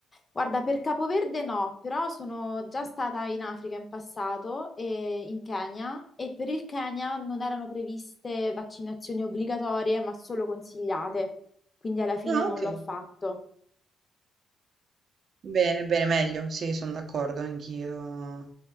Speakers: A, on the left; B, on the right.
A: Guarda, per Capoverde no, però sono già stata in Africa in passato e in Kenya e per il Kenya non erano previste vaccinazioni obbligatorie, ma solo consigliate, quindi alla fine
B: Ah,
A: non
B: ok.
A: l'ho fatto.
B: Bene, bene, meglio, sì, sono d'accordo, anch'io.